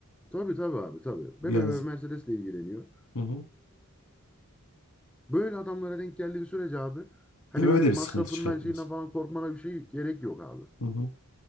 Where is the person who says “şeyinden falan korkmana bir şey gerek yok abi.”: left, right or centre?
Centre